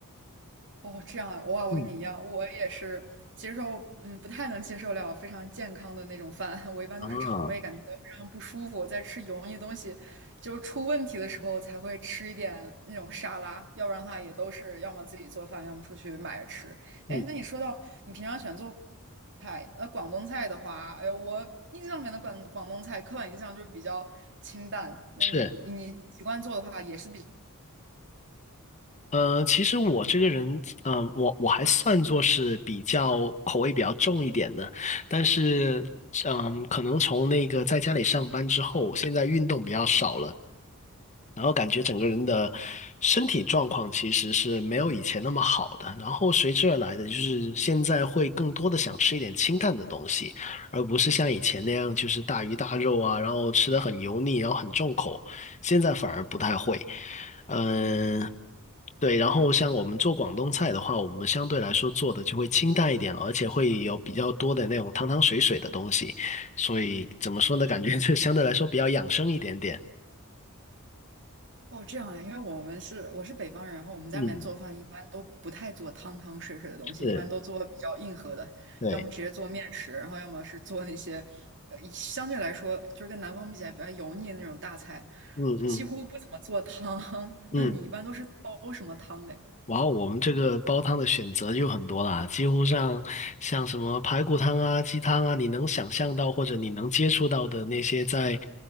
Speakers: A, on the right; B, on the left.
A: 哦，这样啊，哇，我跟你一样，
B: 嗯
A: 我也是接受，嗯，不太能接受了非常健康的那种饭。<laughs> 我一般都是肠胃感觉到非常不舒服，
B: 啊，
A: 在吃油腻的东西就出问题的时候才会吃一点那种沙拉，要不然的话也都是要么自己做饭，要么出去买着吃。
B: 嗯，
A: 哎，那你说到你平常喜欢做菜，那广东菜的话，哎，我印象里面的广广东菜刻板印象就是比较清淡。那你你习惯做的话，
B: 是。
A: 也是比较。
B: 呃，其实我这个人，呃，我我还算作是比较口味比较重一点的，但是，嗯、可能从那个在家里上班之后，现在运动比较少了，然后感觉整个人的身体状况其实是没有以前那么好的，然后随之而来的就是现在会更多的想吃一点清淡的东西，而不是像以前那样就是大鱼大肉啊，然后吃的很油腻，然后很重口，现在反而不太会。嗯，对，然后像我们做广东菜的话，我们相对来说做的就会清淡一点了，而且会有比较多的那种汤汤水水的东西，所以怎么说呢，感觉就相对来说比较养生一点点。
A: 哦，这样啊，因为我们是我是北方人，然后我们家里面做饭一般都不太做汤汤水水的东西，
B: 嗯，是。
A: 一般都做比较硬核的，
B: 对，
A: 要么直接做面食，然后要么是做那些，呃，相对来说就是跟南方比起来比较油腻的那种大菜，
B: 嗯嗯
A: 几乎不怎么做汤。<laughs>
B: 嗯，
A: 那你一般都是煲什么汤嘞？
B: 哇，后我们这个煲汤的选择就很多啦，几乎上像什么排骨汤啊、鸡汤啊，你能想象到或者你能接触到的那些在